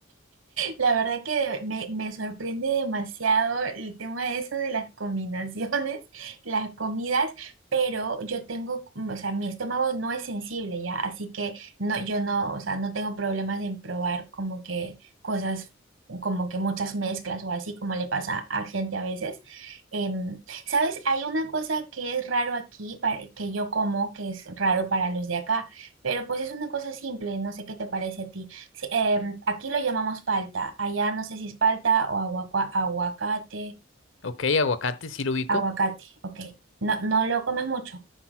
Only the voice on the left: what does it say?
Ok, aguacate, sí lo ubico.